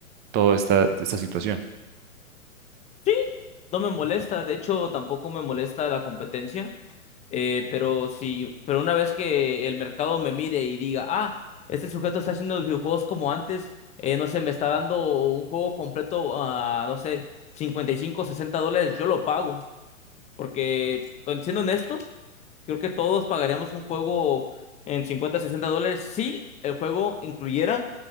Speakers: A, on the right; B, on the left.
A: toda esta, esta situación?
B: Sí, no me molesta, de hecho tampoco me molesta la competencia. Eh, pero si, pero una vez que el mercado me mire y diga, ah, este sujeto está haciendo videojuegos como antes, eh, no sé, me está dando un juego completo a, no sé, 55, 60 dólares, yo lo pago. Porque, bueno, siendo honestos, creo que todos pagaríamos un juego en 50, 60 dólares si el juego incluyera